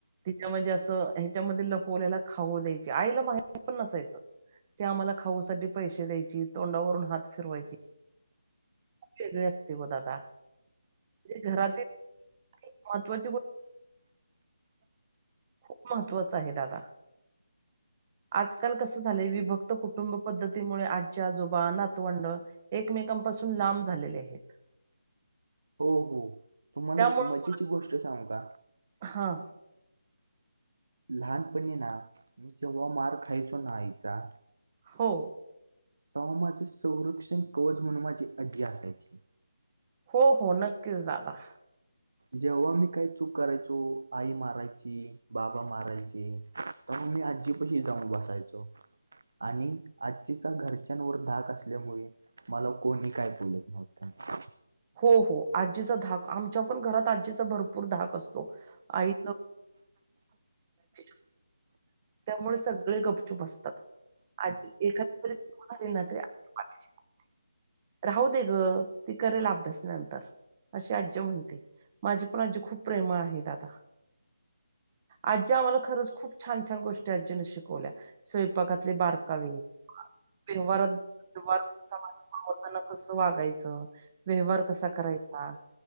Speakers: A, on the right; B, on the right.
A: तिन म्हणजे असा ह्याच्यामधे पोल्याला खाऊ द्यायची आईला माहिती पण नसायचं. ते आम्हाला खाऊ साठी पैसे द्यायची तोंडावरून हात फिरवायची. वेगळे असते वो दादा घरातील महत्वाची खूप महत्त्वाच आहे दादा आजकाल कसं झालंय विभक्त कुटुंब पद्धतीमुळे आज्जी आजोबा नातवंड एकमेकांपासून लांब झालेले आहेत.
B: हो हो तुम्हाला
A: त्यामुळे
B: एक मजेची गोष्ट सांगु का
A: हां
B: लहानपणी ना जेव्हा मार खायचो ना आईचा
A: हो
B: तवा माझं संरक्षण कवच म्हणून माझी आज्जी असायची.
A: हो हो नक्कीच दादा
B: जेव्हा मी काही चूक करायचो आई मारायची बाबा मारायचे तवा मी आज्जीपाशी जाऊन बसायचो. आणि आज्जीचा घरच्यांवर धाक असल्यामुळे मला कोणी काय बोलत नव्हतं.
A: हो हो आज्जीचा धाक आमच्या पण घरात आज्जी चा भरपूर धाक असतो. आई <unintelligible> त्यामुळे सगळे गपचूप असतात. <unintelligible> राहू दे ग ती करल आप अभ्यानंतर असे आज्जी म्हणते माझी पण आज्जी खूप प्रेमळ आहे दादा आज्जी आम्हाला खरंच खूप छान छान गोष्टी आज्जीन शिकवल्या. स्वयंपाकातले बारकावे व्यवारात व्यवहार करताना कसं वागायचं. व्यवहार कसा करायचा